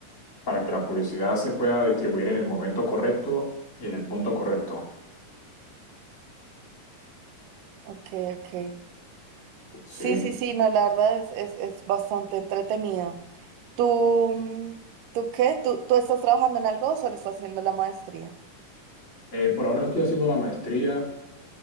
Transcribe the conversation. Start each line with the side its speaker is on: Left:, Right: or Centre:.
Left: para que la publicidad se pueda distribuir en el momento correcto y en el punto correcto.
Right: Ok, ok.
Left: Sí.
Right: Sí, sí, sí, no, la verdad es, es, es bastante entretenido. ¿Tú, mm, tú qué? ¿Tú, tú estás trabajando en algo o solo estás haciendo la maestría?
Left: Eh, por ahora estoy haciendo la maestría,